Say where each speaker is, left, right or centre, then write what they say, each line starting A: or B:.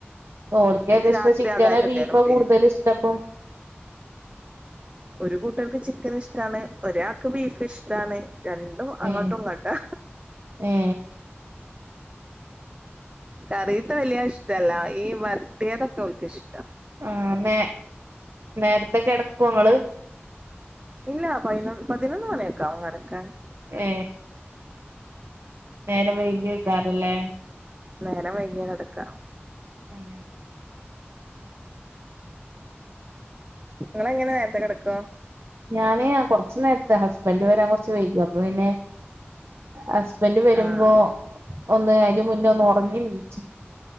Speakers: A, on the right; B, on the right.
A: ഓൽക്കേതഷ്ട്ടം
B: എനിക്ക് രാത്രി
A: ചിക്കനാ
B: അതാ കിട്ടിയാലും
A: ബീഫോ
B: മതി
A: കൂടുതലിഷ്ട്ടപ്പം
B: ഒരു കൂട്ടർക്ക് ചിക്കനിഷ്ട്ടാണ് ഒരാക്ക് ബീഫ്ഷ്ട്ടാണ് രണ്ടും അങ്ങോട്ടുങ്ങോട്ടാ
A: ഏ ഏ
B: കറീത്തെ വലിയ ഇഷ്ടല്ല ഈ വർട്ടിയതൊക്കെ ഓൽക്ക് ഇഷ്
A: ആ മേ നേര് തെ കെടക്കൊങ്ങള്
B: ഇല്ല പയിനൊ പതിനൊന്ന് മണിയൊക്കെ ആവും കെടക്കാന്
A: ഏ നേരം വൈകിഐക്കാരംല്ലേ
B: <unintelligible> വൈകിയ കെടക്കാ
A: ഉം
B: നിങ്ങളങ്ങനെ നേരത്തെ കെടക്ക
A: ഞാന് കുറച്ചു നേരത്തെ ഹസ്ബൻഡ് വരാ കൊറച്ച് വൈകും അപ്പൊ പിന്നെ ഹസ്ബൻഡ് വരുമ്പോ
B: ആഹ്
A: ഒന്ന് അയിന് മുന്നേ ഒന്ന് ഒറങ്ങി എനീയിച്ചു